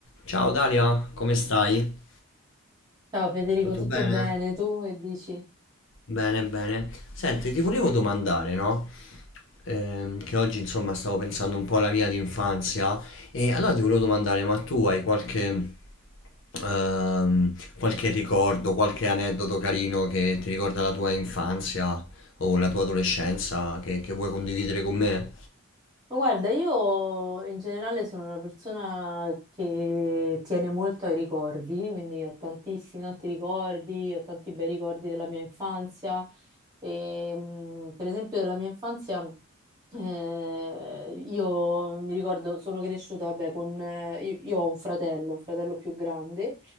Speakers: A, on the left; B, on the right.
A: Ciao Dalia, come stai?
B: Ciao Federico,
A: Tutto
B: tutto
A: bene?
B: bene? Tu che dici?
A: Bene, bene. Senti, ti volevo domandare, no? Ehm, che oggi insomma stavo pensando un po' alla mia di infanzia e allora ti volevo domandare, ma tu hai qualche, ehm, qualche ricordo, qualche aneddoto carino che ti ricorda la tua infanzia o la tua adolescenza che, che vuoi condividere con me?
B: Ma Guarda, io in generale sono una persona che tiene molto ai ricordi, quindi ho tantissimi, tanti ricordi, ho tanti bei ricordi della mia infanzia. E, mh, per esempio, della mia infanzia, eh, io mi ricordo, sono cresciuta, vabbè, con, eh, io, io ho un fratello, un fratello più grande,